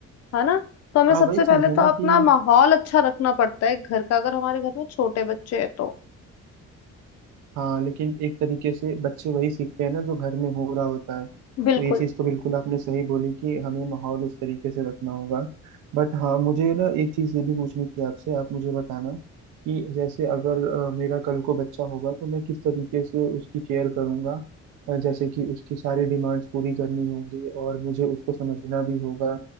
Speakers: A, on the left; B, on the right.
A: है ना तो हमें
B: हाँ
A: सबसे
B: वही चीज
A: पहले
B: है
A: तो
B: ना
A: अपना
B: कि
A: माहौल अच्छा रखना पड़ता है घर का अगर हमारे घर में छोटे बच्चे हैं तो
B: हाँ लेकिन एक तरीके से बच्चे वही सीखते हैं ना जो घर में हो रहा होता है
A: बिल्कुल
B: तो ये चीज़ तो बिल्कुल आपने सही बोली कि हमें माहौल उस तरीके से रखना होगा बट हाँ मुझे ना एक चीज़ ये भी पूछनी थी आपसे आप मुझे बताना कि जैसे अगर अ, मेरा कल को बच्चा होगा तो मैं किस तरीके से उसकी केयर करूँगा जैसे कि उसकी सारी डिमांड्स पूरी करनी होंगी और मुझे उसको समझना भी होगा